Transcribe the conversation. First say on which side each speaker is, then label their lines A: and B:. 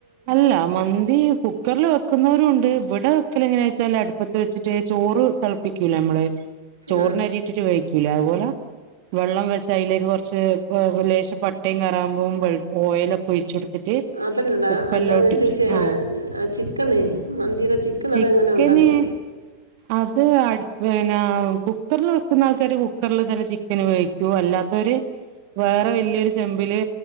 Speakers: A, on the right (about 45°); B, on the right (about 85°).
A: അല്ല മന്ദി കുക്കർല വെക്കുന്നവരും ഉണ്ട് ഇവിടെ വെക്കൽ എങ്ങനെയാ വെച്ചാല് അടുപ്പത്ത് വെച്ചിട്ട് ചോറ് തിളപ്പിക്കൂല നമ്മള് ചോറിനരിട്ടിട്ട്
B: ആഹ്
A: വേിക്കൂല അതുപോലെ വെള്ളം വെച്ച അതിലേക്ക് കുറച്ച് ലേശം പട്ടയും കറാുമ്പും ഓയിൽ ഒക്കെ ഒഴിച്ചുടുക്ക- എക്കെ
B: അതല്ലടാ
A: <unintelligible> ഉപ്പല്ലോട്ടിട്ട്
B: അല്ല ഞാൻ ചോദിച്ചേ
A: ആഹ
B: ആ ആ ചിക്കണേ മന്തിയുടെ ചിക്കൻ
A: ചിക്കന്
B: അതെങ്ങനെ ഉണ്ടാക്കുന്നെ
A: അത് അടുന്ന കുക്കറിൽ വെക്കുന്ന ആൾക്കാാര് കുക്കറിൽ തന്നെ ചിക്കന് വേവിക്കൂ അല്ലാത്തവര് വേറെ വലിയൊരു ചെമ്പില്